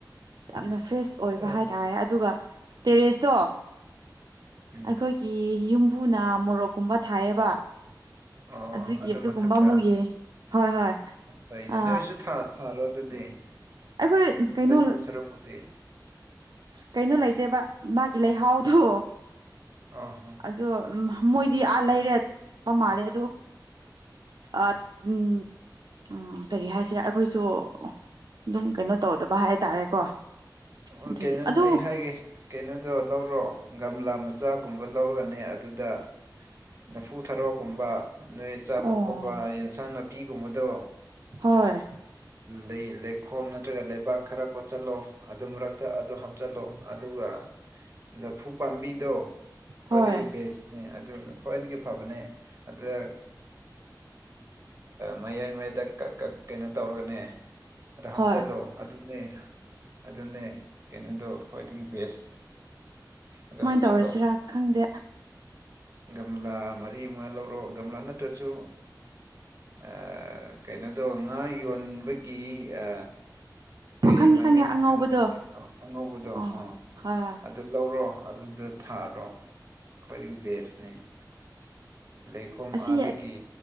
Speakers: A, on the right; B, on the right.
A: ꯌꯥꯝꯅ ꯐ꯭ꯔꯦꯁ ꯑꯣꯏꯕ
B: ꯎꯝ
A: ꯍꯥꯏꯇꯥꯔꯦ ꯑꯗꯨꯒ ꯇꯦꯔꯦꯁꯇꯣ
B: ꯎꯝ
A: ꯑꯩꯈꯣꯏꯒꯤ ꯌꯨꯝ ꯏꯄꯨꯅ ꯃꯣꯔꯣꯛꯀꯨꯝꯕ ꯊꯥꯏꯌꯦꯕ
B: ꯑꯣ
A: ꯑꯗꯨꯒꯤ
B: ꯑꯗꯨ
A: ꯑꯗꯨꯒꯨꯝꯕ
B: ꯃꯊꯛꯇ
A: ꯑꯃꯨꯛ ꯌꯦꯡ ꯍꯣꯏ ꯍꯣꯏ
B: ꯐꯩꯅꯦ
A: ꯑ
B: ꯅꯣꯏꯁꯨ ꯊꯥ ꯊꯥꯔꯣ ꯑꯗꯨꯗꯤ
A: ꯑꯩꯈꯣꯏ ꯀꯩꯅꯣ
B: ꯂꯩꯕ ꯁꯔꯨꯛꯄꯨꯗꯤ
A: ꯀꯩꯅꯣ ꯂꯩꯇꯦꯕ ꯃꯥꯒꯤ ꯂꯩꯍꯥꯎꯗꯣ
B: ꯑꯣ ꯍꯣ
A: ꯑꯗꯣ ꯃꯣꯏꯗꯤ ꯑꯥ ꯂꯩꯔꯠ ꯃꯥꯜꯂꯦ ꯑꯗꯨ ꯑ ꯎꯝ ꯀꯔꯤ ꯍꯥꯏꯁꯤꯔꯥ ꯑꯩꯈꯣꯏꯁꯨ ꯑꯗꯨꯝ ꯀꯩꯅꯣ ꯇꯧꯗꯕ ꯍꯥꯏꯇꯥꯔꯦꯀꯣ
B: ꯑꯣ
A: ꯑꯗꯨꯒꯤ
B: ꯀꯦꯅꯟ
A: ꯑꯗꯨ
B: ꯑꯩ ꯍꯥꯏꯒꯦ ꯀꯩꯅꯣꯗꯣ ꯂꯧꯔꯣ ꯒꯝꯂꯥ ꯃꯆꯥꯒꯨꯝꯕ ꯂꯧꯔꯒꯅꯦ ꯑꯗꯨꯗ ꯂꯐꯨ ꯊꯔꯣꯒꯨꯝꯕ ꯅꯣꯏ ꯆꯥꯕ
A: ꯑꯣ
B: ꯈꯣꯠꯄ ꯌꯦꯟꯁꯥꯡ ꯅꯥꯄꯤꯒꯨꯝꯕꯗꯣ
A: ꯍꯣꯏ
B: ꯂꯩ ꯂꯩꯈꯣꯝ ꯅꯠꯇ꯭ꯔꯒ ꯂꯩꯕꯥꯛ ꯈꯔ ꯀꯣꯆꯟ ꯑꯗꯨ ꯃꯔꯛꯇ ꯑꯗꯨ ꯍꯥꯞꯆꯤꯜꯂꯣ ꯑꯗꯨꯒ ꯂꯐꯨ ꯄꯥꯝꯕꯤꯗꯣ ꯈ꯭ꯋꯥꯏꯗꯒꯤ
A: ꯍꯣꯏ
B: ꯕꯦꯁꯅꯦ ꯑꯗꯨꯅ ꯈ꯭ꯋꯥꯏꯗꯒꯤ ꯐꯕꯅꯦ ꯑꯗꯨꯗ ꯃꯌꯥꯏ ꯃꯌꯥꯏꯗ ꯀꯛ ꯀꯛ ꯀꯩꯅꯣ ꯇꯧꯔꯒꯅꯦ ꯑꯗꯣ ꯍꯥꯞꯆꯤꯜꯂꯣ
A: ꯍꯣꯏ
B: ꯑꯗꯨꯅꯦ ꯑꯗꯨꯅꯦ ꯀꯩꯅꯣꯗꯣ ꯈ꯭ꯋꯥꯏꯗꯒꯤ ꯕꯦꯁ ꯑꯗ
A: ꯀꯃꯥꯏꯅ
B: ꯍꯞꯆꯜꯂꯣ
A: ꯇꯧꯔꯁꯤꯔꯥ ꯈꯪꯗꯦ
B: ꯒꯝꯂꯥ ꯃꯔꯤ ꯃꯉꯥ ꯂꯧꯔꯣ ꯒꯝꯂꯥ ꯅꯠꯇ꯭ꯔꯁꯨ ꯑ ꯀꯩꯅꯣꯗꯣ ꯉꯥ ꯌꯣꯟꯕꯒꯤ ꯑ ꯀꯩ
A: ꯑꯣ ꯈꯪꯉꯦ
B: ꯃꯃꯤꯡ
A: ꯈꯪꯉꯦ ꯑꯉꯧꯕꯗꯣ
B: ꯈꯪꯗ꯭ꯔꯦ ꯑ ꯑꯉꯧꯕꯗꯣ
A: ꯑꯥ
B: ꯑ
A: ꯍꯣꯏ ꯍꯣꯏ
B: ꯑꯠ ꯑꯗꯨ ꯂꯧꯔꯣ ꯑꯗꯨꯗ ꯊꯥꯔꯣ ꯈ꯭ꯋꯥꯏꯗꯒꯤ ꯕꯦꯁꯅꯦ ꯂꯩꯈꯣꯝ
A: ꯑꯁꯤ
B: ꯑꯥꯗꯒꯤ